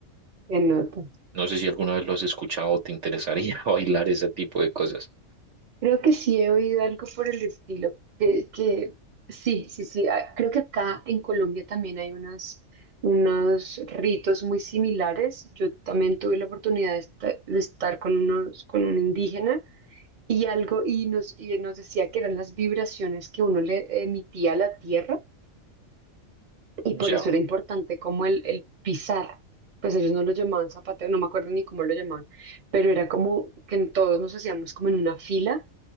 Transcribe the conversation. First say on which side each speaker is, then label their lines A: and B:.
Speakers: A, on the right; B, on the right.
A: Se nota.
B: No sé si alguna vez lo has escuchado o te interesaría <laughs> bailar ese tipo de cosas.
A: Creo que sí he oído algo por el estilo, que, que sí, sí, sí. ah, Creo que acá en Colombia también hay unos, unos ritos muy similares. Yo también tuve la oportunidad de esta- de estar, con unos, con un indígena y algo, y nos, y nos decía que eran las vibraciones que uno le emitía a la tierra, y por
B: ya
A: eso era importante como el, el pisar. Pues ellos no lo llamaban zapateo, no me acuerdo ni cómo lo llamaban, pero era como que en todos nos hacíamos como en una fila